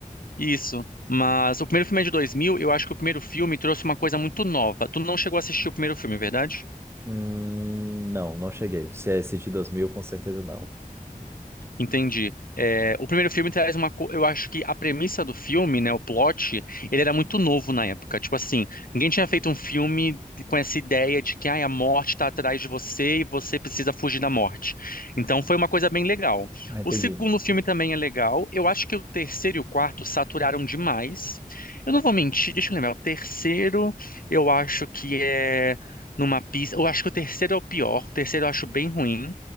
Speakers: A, on the left; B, on the right.
A: isso. Mas o primeiro filme é de dois mil eu acho que o primeiro filme trouxe uma coisa muito nova. Tu não chegou a assistir o primeiro filme, é verdade?
B: Hum, não, não cheguei. Se é esse de 2000, com certeza não.
A: Entendi. É, o primeiro filme traz uma. co- Eu acho que a premissa do filme, né, o plot, ele era muito novo na época. Tipo assim, ninguém tinha feito um filme com essa ideia de que ai, a morte está atrás de você e você precisa fugir da morte. Então foi uma coisa bem legal.
B: Ah, entendi.
A: O segundo filme também é legal. Eu acho que o terceiro e o quarto saturaram demais. Eu não vou mentir, deixa eu lembrar. O terceiro, eu acho que é numa pista. Eu acho que o terceiro é o pior. O terceiro eu acho bem ruim.